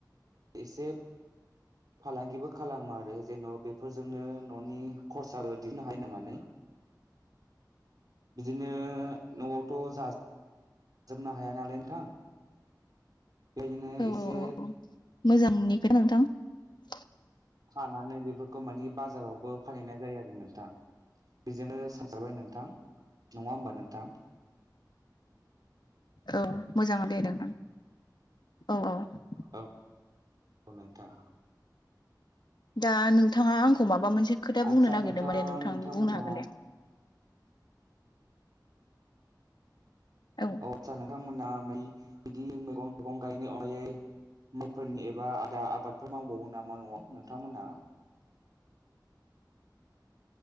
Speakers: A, on the right; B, on the left.
A: एसे फालांगिबो खालामो आरो जेन' बेफोरजोंनो न'नि खरसाबो दिहुननो हायो होननानै बिदिनो न'आवथ' जाज जोबनो हाया नालाय नोंथां बेदिनो
B: औ
A: एसे
B: औ औ मोजांनि खोथा नोंथां ।
A: खानानै बेफोरखौ मानि बाजारावबो फानहैनाय जायो आरो नोंथां? बेजोंनो सानसारबाय नोंथां नङा होमबा नोंथां?
B: औ मोजाङानो दे नोंथां औ औ ।
A: औ औ नोंथां ।
B: दा नोंथाङा आंखौ माबा मोनसे एसे खोथा
A: आदसा
B: बुंनो नागिरदोंमोन
A: नोंथाङा
B: दे नोंथां
A: नोंथांमोना
B: बुंनो हागोन
A: औ
B: दे औ।
A: आथसा नोंथांमोना बिदि मैगं थाइगं गायनायनि अनगायै माइफोरनि एबा आलदा आबादफोर मावबावो नामा न'आव नोंथांमोनहा?